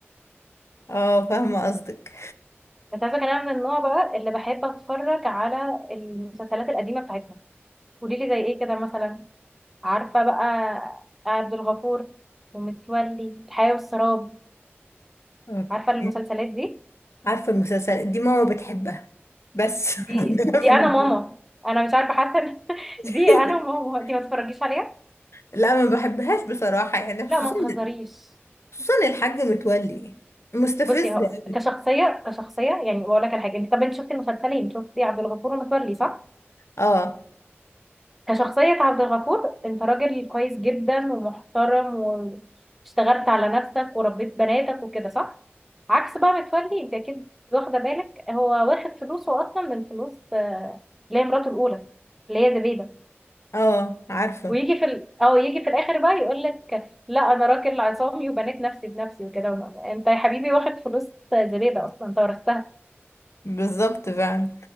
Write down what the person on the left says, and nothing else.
اه فاهمة قصدك
اوكي
عارفة المسلسل دي ماما بتحبها بس
<laughs> عندنا
في البيت
<laughs>
لا ما بحبهاش بصراحة يعني
خصوصا
خصوصا الحاج متولي مستفز
قوي
اه
اه عارفة
بالظبط فعلا